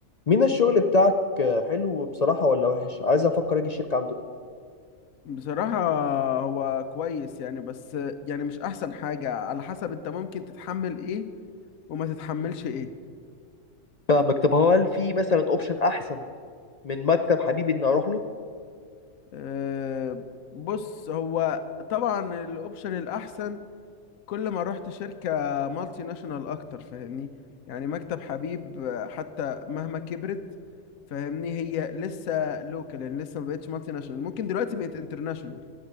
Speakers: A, on the left; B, on the left.
A: مين الشغل بتاعك حلو بصراحة ولا وحش عايز افكر اجي الشركة عندكم
B: بصراحة هو كويس يعني بس يعني مش أحسن حاجة على حسب أنت ممكن تتحمل إيه وما تتحملش إيه
A: فاهمك طب هو هل في مثلا اوبشن احسن من مكتب حبيبي اني اروح له
B: أه بص هو طبعا الأوبشن الأحسن كل ما رحت شركة مالتي ناشونال أكتر فاهمني يعني مكتب حبيب آه، حتى مهما كبرت فاهمني هي لسه لوكال يعني لسه ما بقتش مالتي ناشونال ممكن دلوقتي بقت انترناشونال